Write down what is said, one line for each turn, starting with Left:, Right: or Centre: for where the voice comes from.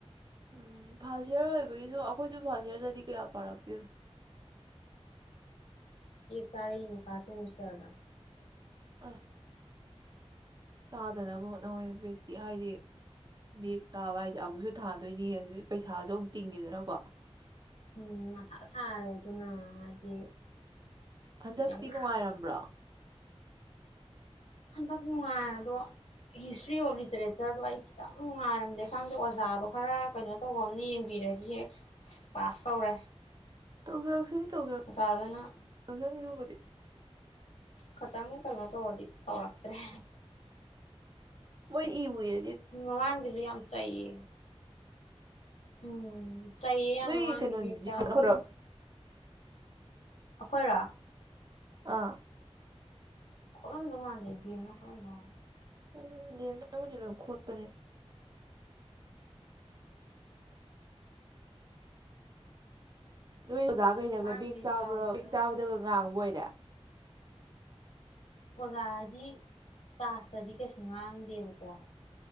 Right: ꯎꯝ ꯐꯥꯥꯁꯁ ꯏꯌꯥꯔ ꯑꯣꯏꯕꯒꯤꯁꯨ ꯑꯩꯈꯣꯏꯁꯨ ꯐꯥꯔꯁ ꯏꯌꯥꯔꯗꯗꯤ ꯀꯌꯥ ꯄꯥꯔꯛꯇꯦꯅꯣ
Left: ꯆꯥꯔꯅꯤ ꯐꯥꯁꯦ ꯃꯤꯁꯇꯔꯗ
Right: ꯑ ꯆꯥꯗꯅꯕ ꯍꯣꯠꯅꯋꯣꯏ ꯕꯦꯛꯇꯤ ꯍꯥꯏꯗꯤ ꯕꯒ ꯆꯥꯕ ꯍꯥꯏꯁꯦ ꯑꯃꯨꯛꯁꯨ ꯊꯥꯗꯣꯏꯅꯤ ꯑꯗꯨꯗꯤꯩ ꯄꯩꯁꯥꯁꯨ ꯑꯃꯨꯛ ꯇꯤꯡꯒꯦꯗꯅꯀꯣ
Left: ꯎꯝ ꯃꯁꯥ ꯁꯥꯔꯦ ꯑꯗꯨꯅ ꯍꯥꯏꯗꯤ
Right: ꯍꯟꯗꯛꯇꯤ
Left: ꯌꯥꯝ ꯉꯥꯡ
Right: ꯅꯨꯡꯉꯥꯏꯔꯝꯕ꯭ꯔꯣ
Left: ꯍꯟꯗꯛ ꯅꯨꯡꯉꯥꯏꯔ ꯑꯗꯣ ꯍꯤꯁꯇ꯭ꯔꯤ ꯑꯣꯐ ꯂꯤꯇꯔꯦꯆꯔꯗꯣ ꯑꯩ ꯈꯤꯇꯪ ꯅꯨꯡꯉꯥꯏꯔꯝꯗꯦ ꯈꯪꯗꯦ ꯑꯣꯖꯥꯗꯣ ꯈꯔ ꯀꯩꯅꯣ ꯇꯧꯕ ꯑꯃꯅ ꯌꯦꯡꯕꯤꯔꯗꯤ ꯍꯦꯛ ꯄꯥꯁ ꯇꯧꯔꯦ
Right: ꯇꯧꯖꯔꯛꯁꯤꯅꯤ ꯇꯧꯖꯔꯅꯤ
Left: ꯑꯣꯖꯥꯗꯨꯅ
Right: ꯑꯗꯨꯕꯨꯗꯤ
Left: ꯈꯤꯇꯪ ꯀꯩꯅꯣ ꯇꯧꯔꯗꯤ ꯇꯧꯔꯛꯇ꯭ꯔꯦ
Right: ꯋꯥꯣꯏ ꯏꯕꯨꯌꯦ
Left: ꯃꯃꯥꯡꯒꯤꯁꯨ ꯌꯥꯝ ꯆꯥꯌꯦ ꯎꯝ ꯆꯍꯤꯌꯦ ꯌꯥꯝ
Right: ꯅꯣꯏ
Left: ꯃꯃꯥꯡꯒꯤ
Right: ꯀꯩꯅꯣ
Left: ꯕꯦꯛ
Right: ꯖꯤꯞꯅ
Left: ꯆꯥꯕꯒꯤ ꯑꯩꯈꯣꯏꯔꯥ
Right: ꯑꯥ
Left: ꯈꯨꯣꯂꯂꯝꯗꯉꯗꯦꯗꯤꯅ ꯈꯨꯂꯂꯝꯗꯉ
Right: ꯎꯝ ꯗꯦꯕꯅꯥꯒ ꯂ ꯈꯣꯠꯄꯅꯦ ꯅꯣꯏ ꯑꯣꯖꯥꯈꯩꯗꯒ
Left: ꯃꯃꯥꯡ
Right: ꯕꯦꯛ ꯆꯥꯕ꯭ꯔꯣ
Left: ꯆꯥꯕꯗꯨꯗꯤ
Right: ꯕꯦꯛ
Left: ꯌꯥꯝ
Right: ꯆꯥꯕꯗꯒ
Left: ꯆꯩꯕ
Right: ꯉꯥꯡꯕ ꯑꯣꯏꯣꯏꯔꯦ
Left: ꯑꯣꯖꯥ ꯍꯥꯏꯗꯤ ꯇꯥꯁꯇꯗꯤ ꯀꯩꯁꯨ ꯉꯥꯡꯗꯦꯕꯀꯣ